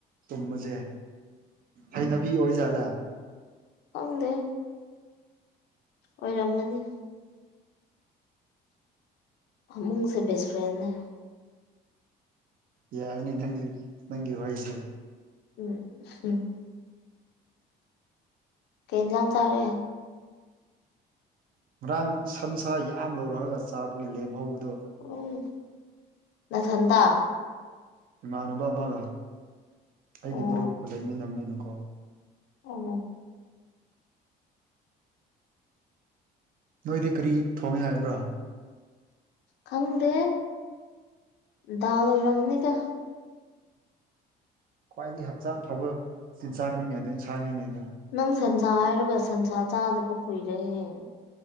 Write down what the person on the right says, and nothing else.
ꯇꯨꯝꯕꯁꯦ ꯍꯩꯅꯕꯤ ꯑꯣꯏꯖꯥꯠꯂꯥ
ꯌꯥꯏꯅꯦ ꯅꯪꯒꯤ ꯅꯪꯒꯤ ꯋꯥꯔꯤꯍꯩꯁꯦ
ꯉꯔꯥꯡ ꯁꯝꯁꯥ ꯌꯥꯝ ꯂꯧꯔꯑꯒ ꯆꯥꯕꯒꯤ ꯂꯦꯝꯍꯧꯕꯗꯨꯣ
ꯏꯃꯥꯟꯅꯕ ꯑꯃꯒ ꯑꯩꯒꯤ
ꯃꯔꯨꯞ ꯂꯩꯃꯤꯟꯅꯕꯅꯤꯅꯀꯣ
ꯅꯣꯏꯗꯤ ꯀꯔꯤ ꯊꯣꯡꯉꯦ ꯍꯥꯏꯕ꯭ꯔꯣ
ꯈ꯭ꯋꯥꯏꯗꯒꯤ ꯍꯛꯆꯥꯡ ꯐꯕ ꯆꯤꯟꯖꯥꯛ ꯃꯤꯅꯦ ꯑꯗꯨ ꯏꯟꯁꯥꯡ ꯃꯤꯅꯦ ꯑꯗꯣ